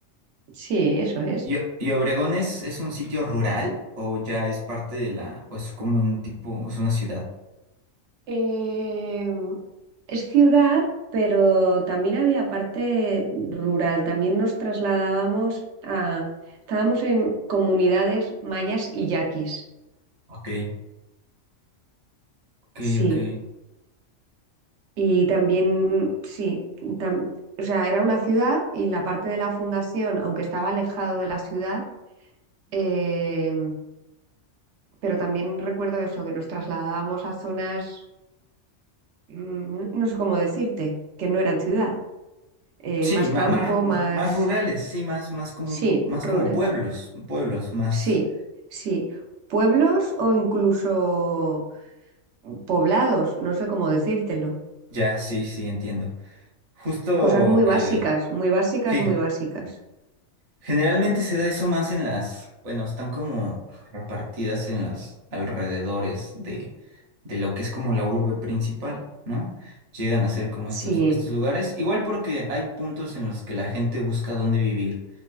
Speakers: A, on the right (about 70°); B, on the right (about 40°).
A: sí, eso es.
B: ¿Y, O- y Obregón es, es un sitio rural o ya es parte de la, o es como un tipo, es una ciudad?
A: Eh, Es ciudad, pero también había parte rural. También nos trasladábamos a... Estábamos en comunidades mayas y yaquis.
B: Ok, ok,
A: Sí.
B: ok.
A: Y también, sí. tam- o sea, era una ciudad y la parte de la fundación, aunque estaba alejado de la ciudad, eh, pero también recuerdo eso, que nos trasladábamos a zonas mm, no sé cómo decirte, que no eran ciudad, eh,
B: Sí,
A: más
B: ma-
A: campo,
B: más,
A: más,
B: más, rurales, sí, más, más como,
A: sí,
B: más
A: rural,
B: como pueblos, pueblos, más,
A: sí, sí, pueblos o incluso poblados, no sé cómo decírtelo,
B: ya, sí, sí, entiendo. Justo,
A: cosas muy básicas,
B: eh,
A: muy básicas,
B: sí,
A: muy básicas,
B: Generalmente se da eso más en las, bueno, están como repartidas en los alrededores de, de lo que es como la urbe principal, ¿no? Llegan a ser como
A: sí,
B: estos, estos lugares, igual porque hay puntos en los que la gente busca dónde vivir,